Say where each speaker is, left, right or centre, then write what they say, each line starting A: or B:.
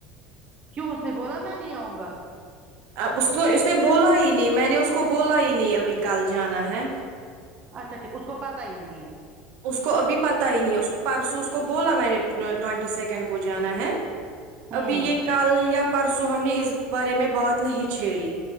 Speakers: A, on the right; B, on the right.
A: کیوں اس نے بولا میں نہیں آؤں گا
B: اب اس کو اس نے بولا ہی نہیں میں نے اس کو بولا ہی نہیں ابھی کل جانا ہے
A: اچھا ٹھیک اس کو پتا ہی نہیں ہے
B: اس کو ابھی پتا ہی نہیں اس کو پرسوں اس کو بولا میں نے ٹوینٹی سیکنڈ کو جانا ہے
A: ہوں
B: ابھی یہ کل یا پرسوں ہم نے اس بارے میں بات نہیں چھیڑی